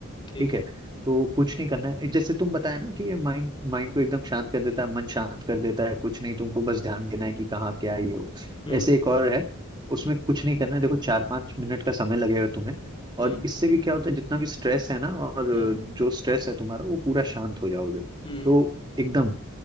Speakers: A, on the left; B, on the right.
A: ठीक
B: ठीक
A: है
B: है तो कुछ नहीं करना है जैसे तुम बताया ना कि ये माइंड माइंड को एकदम शांत कर देता है मन शांत कर देता है कुछ नहीं तुमको बस ध्यान देना है कि कहाँ क्या है ये हो
A: हम्म
B: ऐसे एक और है उसमें कुछ नहीं करना है देखो चार पांच मिनट का समय लगेगा तुम्हें और
A: हम्म
B: इससे भी क्या होता है जितना भी स्ट्रेस है ना और
A: हम्म
B: जो स्ट्रेस है तुम्हारा वो पूरा शांत हो जाओगे
A: हम्म
B: तो एकदम